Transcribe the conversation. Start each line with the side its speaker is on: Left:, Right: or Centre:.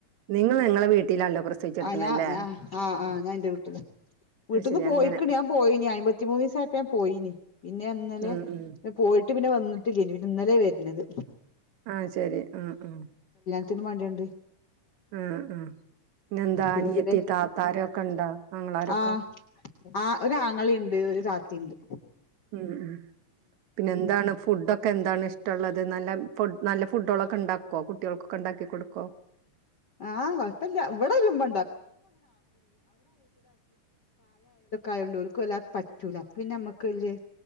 Right: നിങ്ങൾ നിങ്ങളെ വീട്ടിലാണല്ലോ പ്രസവിച്ചെടുക്കണല്ലേ
Left: ആ ഞാ ഞാ ആ
Right: അത്
Left: ആ ഞാൻ എന്റെ വീട്ടില് വീട്ടീന്ന്
Right: ശരി
Left: പോയിക്കണ്
Right: അങ്ങനെ
Left: ഞാൻ പോയിന് അയമ്പത്തിമൂന്ന് ദിവസായപ്പ ഞാൻ പോയിനി പിന്നെ ഇന്നലെ
Right: ഉം ഉം
Left: പോയി ഇന്ന്ട്ട് പിന്നെ വന്നിട്ടില്യേനു പിന്നെ ഇന്നലെ വര്ന്നത്
Right: ആ ശരി ഉം ഉം
Left: ത്തിന് വണ്ടിയുണ്ട്
Right: ഉം ഉം പിന്നെന്താ
Left: പിന്നെ
Right: അനിയത്തി
Left: ഇതിലെ
Right: താത്താരൊക്കെ ഇണ്ടോ അങ്ങളാരൊക്കെ
Left: ആഹ് ആ ഒരാങ്ങളയുണ്ട് ഒരു താത്തയുണ്ട്
Right: ഉം ഉം പിന്നെ എന്താണ് ഫുഡൊക്കെ എന്താണ് ഇഷ്ടമുള്ളത് നല്ല നല്ല ഫുഡുകളൊക്കെ ഉണ്ടാക്കോ കുട്ടികൾക്കൊക്കെ ഉണ്ടാക്കി കൊടുക്കുവോ
Left: ആ കൊഴപ്പില്ല ഇവിടെ <unintelligible> ഇതൊക്കെ ആയത്കൊണ്ടു <unintelligible> പറ്റൂല അപ്പൊ പിന്നെ നമ്മക്ക്‌ വല്ല്യേ